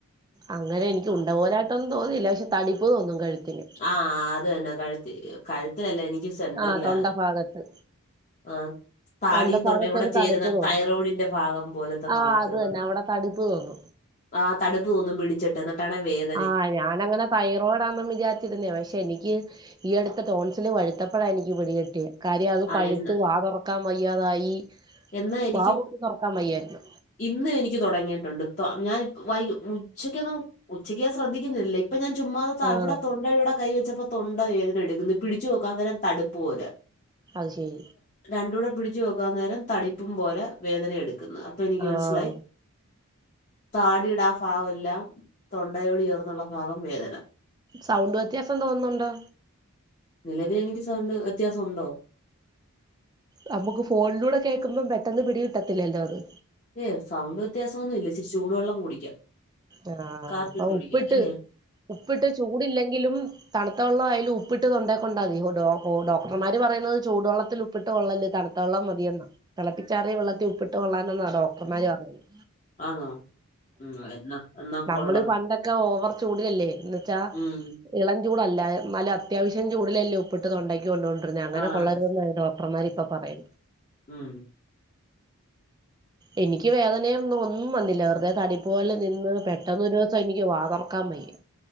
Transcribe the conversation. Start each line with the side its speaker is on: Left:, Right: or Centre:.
Right: അങ്ങനെ എനിക്ക്
Left: ആഹ്
Right: ഉണ്ടപോലായിട്ടൊന്നും തോന്നില്ല പക്ഷെ തടിപ്പ് തോന്നും കഴുത്തിന്
Left: ആഹ് അത് തന്നെ കഴുത്തി കഴുത്തിലല്ലേ എനിക്ക് സെന്റ്റലാ
Right: ആ തൊണ്ട ഭാഗത്ത്
Left: ആഹ് താടിയും
Right: തൊണ്ട
Left: തൊണ്ടയും
Right: ഭാഗത്ത്
Left: കൂടെ
Right: ഒരു
Left: ചേരുന്ന
Right: തടിപ്പ് തോന്നും
Left: തൈറോയിഡിന്റെ ഭാഗം പോലത്തെ
Right: ആ
Left: ഭാഗത്ത്
Right: അത് തന്നെ അവിടെ തടിപ്പ് തോന്നും
Left: ആഹ് തടിപ്പ് തോന്നും പിടിച്ചിട്ട് എന്നിട്ടാണ് വേദ
Right: ആഹ് ഞാനങ്ങനെ തൈറോയ്ഡ് ന്നാ വിജാ പക്ഷെ എനിക്ക് ഈ അടുത്ത ടോൺസിൽ പഴുത്തപ്പെഴാ എനിക്ക് പിടി കിട്ടിയേ കാര്യം അത്
Left: ആഹ്
Right: പഴുത്ത്
Left: എന്ന്
Right: വാ തൊറക്കാൻ വയ്യാതായി
Left: എന്നാ എനിക്ക്
Right: വാ പോലും തുറക്കാൻ വയ്യായിരുന്നു
Left: ഇന്ന് എനിക്ക് തുടങ്ങിയിട്ടുണ്ട് ഞാൻ വൈക ഉച്ചക്കൊന്നും ഉച്ചക്ക് ഞാൻ ശ്രദ്ധിക്കുന്നില്ലേ ഇപ്പ ഞാൻ ചുമ്മാതത്ത
Right: ആഹ്
Left: അവിടെ തൊണ്ടയുടെ കൈ വെച്ചപ്പോ തൊണ്ട വേദന എടുക്കുന്നു പിടിച്ചു നോക്കാം അന്നേരം തടുപ്പുപോലെ
Right: അത്ശെരി
Left: രണ്ടൂടെ പിടിച്ചുനോക്കാം അന്നേരം തടിപ്പും പോലെ വേദന എടുക്കുന്നു അപ്പൊ എനിക്കുമനസ്സിലായി
Right: ആഹ്
Left: താടീടെ ആ ഭാഗമെല്ലാം തൊണ്ടയോട് ചേർന്നുള്ളഭാഗം വേദന.
Right: സൗണ്ട് വ്യത്യാസം തോന്നുന്നുണ്ടോ.
Left: നിലവിലെനിക്ക് സൗണ്ട് വ്യത്യാസം ഒണ്ടോ
Right: നമ്മുക്ക് ഫോണിലൂടെ കേക്കുമ്പം പെട്ടെന്ന് പിടി കിട്ടത്തില്ലല്ലോ അത്.
Left: ഏ സൗണ്ട് വ്യത്യാസൊന്നും ഇല്ല ഇച്ചിരി ചൂടുവെള്ളം കുടിക്കാം.
Right: ആ
Left: കാപ്പിയിട്ട്
Right: അപ്പൊ
Left: കുടിക്കാം
Right: ഉപ്പിട്ട്
Left: അല്ലേ
Right: ഉപ്പിട്ട് ചൂടില്ലെങ്കിലും തണുത്തവെള്ളം അയ്ല് ഉപ്പിട്ട് തൊണ്ടേ കൊണ്ടാമതി ഓ ഡോ ഓ ഡോക്ടർമാരുപറയുന്നത് ചൂടുവെള്ളത്തില് ഉപ്പിട്ട് വെള്ളല്ലേ തണു ത്തവെള്ളം മതിയെന്നാ തെളപ്പിച്ചാറിയ വെള്ളത്തി ഉപ്പിട്ട് കൊള്ളാനെന്നാ ഡോക്ടർമാര് പറയുന്നത്.
Left: ആന്നൊ ഉം എന്നാ എന്നാ
Right: നമ്മളീ
Left: കൊള്ളണം
Right: പണ്ടൊക്കെ ഓവർ ചൂടിലല്ലേ എന്നൂച്ചാ
Left: ഉം
Right: ഇ ളം ചൂടല്ലാ നല്ല അത്യാവശ്യം ചൂടിലല്ലേ ഉപ്പിട്ട് തൊണ്ടക്കു കൊണ്ടോണ്ടിരുന്നെ അങ്ങനെ
Left: ആഹ്
Right: കൊള്ളരുതെന്നാ ഡോക് ക്ടർമാരിപ്പൊ പറയുന്നെ.
Left: ഉം
Right: എനിക്ക് വേദനയൊന്നും ഒന്നും വന്നില്ല വെറുതെ തടിപ്പു പോലെ നിന്ന് പെട്ടെന്നൊരൂസം എനി ക്ക് വാതൊറക്കാൻ വയ്യാ.